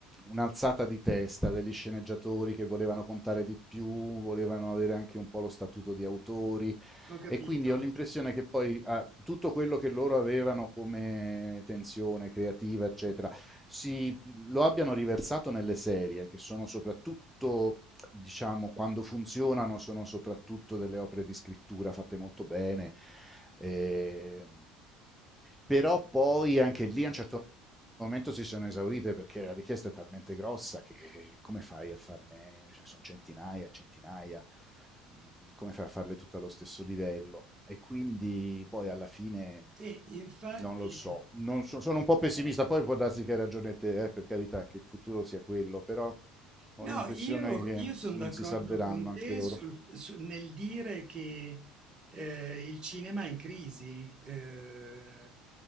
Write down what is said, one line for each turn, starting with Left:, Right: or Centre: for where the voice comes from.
Centre: un'alzata di testa degli sceneggiatori che volevano contare di più, volevano avere anche un po' lo statuto di autori,
Right: ho capito.
Centre: e quindi ho l'impressione che poi ah, tutto quello che loro avevano come tensione creativa, eccetera, si, lo abbiano riversato nelle serie, che sono soprattutto diciamo, quando funzionano sono soprattutto delle opere di scrittura fatte molto bene. E però poi anche lì a un certo momento si sono esaurite perché la richiesta è talmente grossa che come fai a farne, cioè sono centinaia, centinaia, Mm, come fai a farle tutte allo stesso livello? E quindi poi alla fine
Right: Sì, infatti,
Centre: non lo so, non so sono un po' pessimista, poi può darsi che hai ragione te, eh, per carità, che il futuro sia quello, però ho
Right: No,
Centre: l'impressione
Right: io,
Centre: che
Right: io sono
Centre: non
Right: d'accordo
Centre: si salveranno
Right: con
Centre: anche
Right: te
Centre: loro.
Right: sul- su- nel dire che eh, il cinema è in crisi, eh,